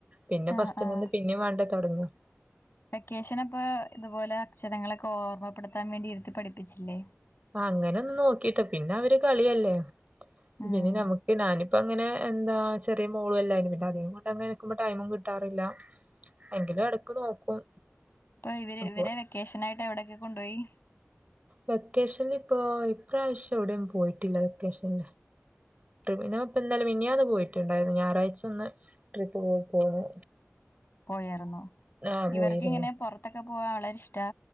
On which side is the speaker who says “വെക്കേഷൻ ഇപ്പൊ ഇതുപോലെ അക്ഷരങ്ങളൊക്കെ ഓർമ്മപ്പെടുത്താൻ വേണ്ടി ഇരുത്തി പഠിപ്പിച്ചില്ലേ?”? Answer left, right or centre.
Left